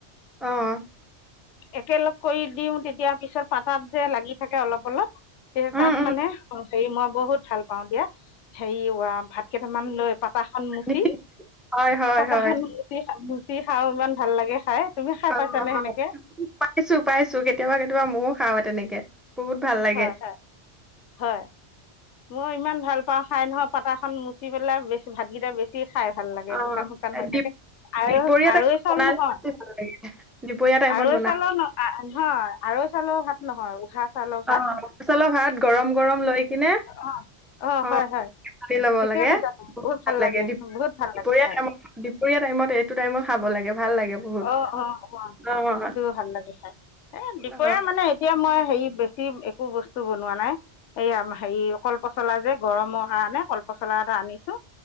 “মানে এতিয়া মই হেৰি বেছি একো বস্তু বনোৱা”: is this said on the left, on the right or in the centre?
Left